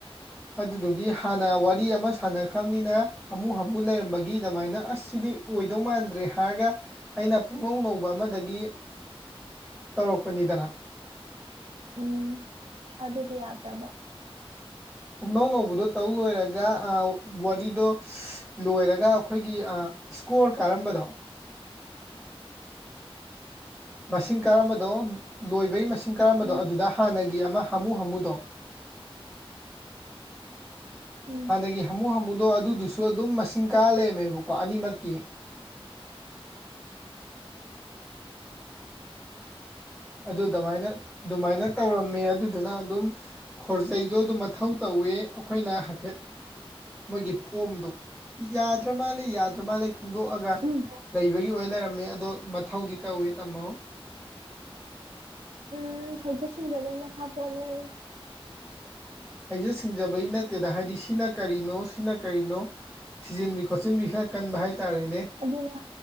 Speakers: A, in the centre; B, on the right.
A: ꯑꯗꯨꯗꯨꯒꯤ ꯍꯥꯟꯅ ꯋꯥꯔꯤ ꯑꯃ ꯁꯥꯟꯅꯈ꯭ꯔꯕꯅꯤꯅ ꯍꯥꯃꯨ ꯍꯥꯃꯨ ꯂꯩꯔꯝꯕꯒꯤ ꯗꯃꯥꯏꯅ ꯑꯁ ꯁꯤꯗꯤ ꯑꯣꯏꯗꯧ ꯃꯥꯟꯗ꯭ꯔꯦ ꯍꯥꯏꯔꯒ ꯑꯩꯅ ꯄꯨꯛꯅꯧ ꯅꯧꯕ ꯑꯃꯗꯒꯤ ꯇꯧꯔꯛꯄꯅꯤꯗꯅ
B: ꯎꯝ ꯑꯗꯨꯗꯤ ꯌꯥꯕ꯭ꯔꯥꯕ?
A: ꯄꯨꯝꯅꯧ ꯅꯧꯕꯗꯣ ꯇꯧ ꯂꯣꯏꯔꯒ ꯑ ꯋꯥꯔꯤꯗꯣ ꯂꯣꯏꯔꯒ ꯑꯈꯣꯏꯒꯤ ꯑ ꯁ꯭ꯀꯣꯔ ꯀꯥꯔꯝꯕꯗꯣ ꯃꯁꯤꯡ ꯀꯔꯝꯕꯗꯣ ꯂꯣꯏꯕꯒꯤ ꯃꯁꯤꯡ ꯀꯔꯝꯕꯗꯣ
B: ꯎꯝ
A: ꯑꯗꯨꯗ ꯍꯥꯟꯅꯒꯤ ꯑꯃ ꯍꯥꯃꯨ ꯍꯥꯃꯨꯗꯣ
B: ꯎꯝ
A: ꯍꯥꯟꯅꯒꯤ ꯍꯥꯃꯨ ꯍꯥꯃꯨꯗꯣ ꯑꯗꯨꯗꯨꯁꯨ ꯑꯗꯨꯝ ꯃꯁꯤꯡ ꯀꯥꯔ ꯂꯩꯔꯝꯃꯦꯕꯀꯣ ꯑꯅꯤꯃꯛꯀꯤ ꯑꯗꯨ ꯗꯃꯥꯏꯅ ꯗꯨꯃꯥꯏꯅ ꯇꯧꯔꯝꯃꯦ ꯑꯗꯨꯗꯨꯅ ꯑꯗꯨꯝ ꯈꯣꯔꯖꯩꯗꯣ ꯑꯗꯨꯝ ꯃꯊꯧ ꯇꯧꯋꯦ ꯑꯈꯣꯏꯅ ꯍꯥꯏꯐꯦꯠ ꯃꯣꯏꯒꯤ ꯐꯣꯝꯗꯣ ꯌꯥꯗ꯭ꯔ ꯃꯥꯜꯂꯤ ꯌꯥꯗ꯭ꯔ ꯃꯥꯜꯂꯦ ꯈꯪꯗꯣꯛꯑꯒ
B: ꯎꯝ
A: ꯂꯩꯕꯒꯤ ꯑꯣꯏ ꯂꯩꯔꯝꯃꯦ ꯑꯗꯣ ꯃꯊꯧꯗꯤ ꯇꯧꯋꯤ ꯇꯥꯃꯣ꯫
B: ꯎꯝ ꯍꯩꯖ ꯁꯤꯡꯖꯕꯩ ꯃꯈꯥ ꯄꯣꯜꯂꯦ꯫
A: ꯍꯩꯖ ꯁꯤꯡꯖꯕꯩ ꯅꯠꯇꯦꯗ ꯍꯥꯏꯗꯤ ꯁꯤꯅ ꯀꯔꯤꯅꯣ ꯁꯤꯅ ꯀꯔꯤꯅꯣ ꯊꯤꯖꯤꯟꯕꯤ ꯈꯣꯠꯆꯤꯟꯕꯤ ꯈꯔ ꯀꯟꯕ ꯍꯥꯏꯇꯥꯔꯦꯅꯦ
B: ꯑꯗꯨꯅꯦ